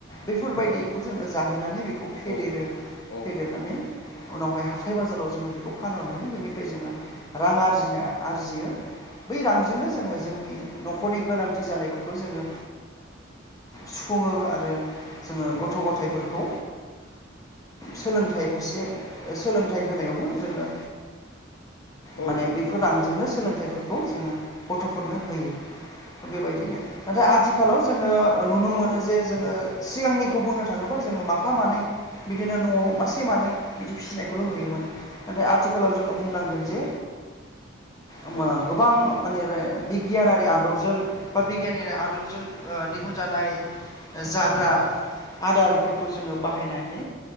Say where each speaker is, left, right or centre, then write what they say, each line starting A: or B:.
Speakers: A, on the left (about 20°); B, on the left (about 75°).
A: बेफोरबायदिखौ जोङो जाहोनानै बेखौ फेदेरो
B: औ औ
A: फेदेरनानै उनावहाय हाथाय बाजाराव जोङो खौखौ फानहरनानै बेनिफ्राय जोङो रां आरजिनो आरजियो बै रांजोंनो जोङो जोंनि न'खरनि गोनांथि जानायफोरखौ जोङो सुफुङो आरो जोङो गथ' गथायाइफोरखौ सोलोंथाइ फारसे सोलोंथाइ होनायावबो जोङो
B: औ
A: माने बै फोर रांजोंनो सोलोंथाइफोरखौ जोङो गथ'फोरनो होयो बेबायदिनो नाथाय आथिखालाव जोङो नुनो मोनो
B: औ
A: जे जोङो सिगांनिखौ
B: नंगौ
A: बुंनो थाङोबा जोङो माफा मानै बिदिनो न'आव मासे मानै बिदि फिसिनायखौल' नुयोमोन नाथाय आथिखालाव जोङो बुंनांगोन जे ओमो
B: औ
A: गोबां मानेरे बिगियानारि आदबजों बा बिगियानिनि आदबजों दिहुनजानाय जाग्रा आदारफोरखौ जोङो बाहायनानै